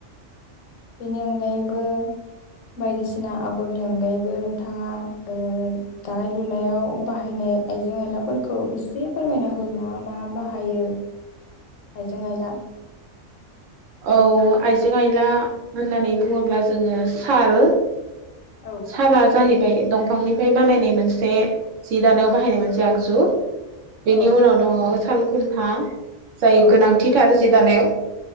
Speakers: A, on the left; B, on the right.
A: बेनि अनगायैबो बायदिसिना आग'रनि अनगायैबो नोंथाङा ओ दानाय-लुनायाव बाहायनाय आइजें आइलाफोरखौ एसे फोरमायना हो मा मा बाहायो आइजें-आइला
B: औ आइजें-आइला होननानै बुङोब्ला जोङो साल
A: औ
B: साला जाहैबाय दं फांनिफ्राय बानायनाय मोनसे जि दानायाव बाहायनाय मोनसे आगजु। बेनि
A: औ
B: उनाव दङ साल खुन्था जाय
A: औ
B: गोनांथि थार जि दानायाव।